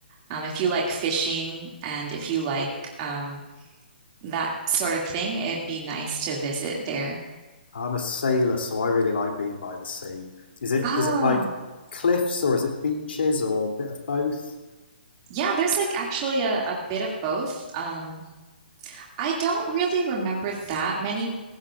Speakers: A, on the right; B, on the left.
A: um, if you like fishing and if you like um, that sort of thing, it'd be nice to visit there.
B: I'm a sailor, so I really like being by the sea. Is it
A: Oh,
B: is it like cliffs or is it beaches or a bit of both?
A: yeah, there's like actually a, a bit of both. Um, I don't really remember that many